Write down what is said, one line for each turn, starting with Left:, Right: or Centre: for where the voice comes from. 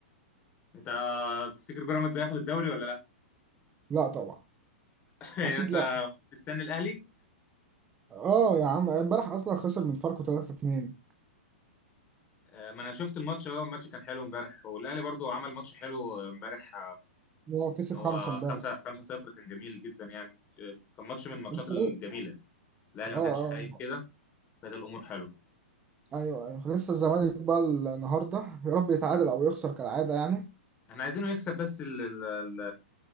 Left: انت تفتكر بيراميدز هياخد الدوري ولا لا
Right: لا طبعا
Left: <laughs> يعني
Right: اكيد
Left: انت
Right: لا
Left: مستني الاهلي
Right: اه يا عم امبارح اصلا خسر من فاركو 3-2
Left: آه، ما انا شفت الماتش اه الماتش كان حلو امبارح والاهلي برضه عمل ماتش حلو امبارح
Right: هو كسب
Left: ان هو
Right: خمسة امبارح
Left: 5 5 0 كان جميل جدا يعني آه، كان ماتش من الماتشات
Right: اه
Left: الجميله الاهلي
Right: اه
Left: ما كانش خايف كده كانت الامور حلوه
Right: ايوه ايوه لسه الزمالك بقى النهارده يا رب يتعادل او يخسر كالعاده يعني
Left: احنا عايزينه يكسب بس ال ال ال